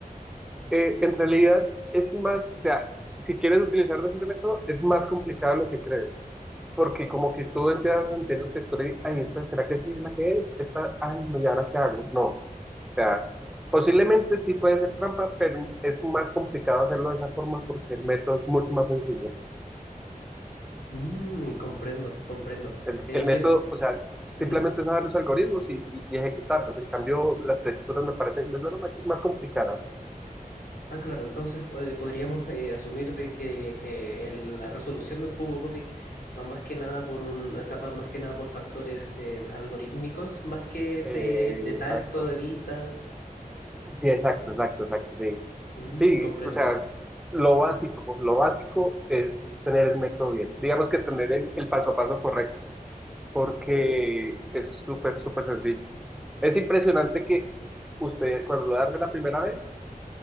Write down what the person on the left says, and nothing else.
Mm.
Mm, comprendo, comprendo.
Eh,
yo,
ujú.
Ah, claro, entonces eh, podríamos eh, asumir de que eh, el- la resolución de un cubo Rubik va más que nada por un, o sea, va más que nada por factores eh, algorítmicos, más que
de, de tacto,
de vista.
Mm,
comprendo.
<laughs>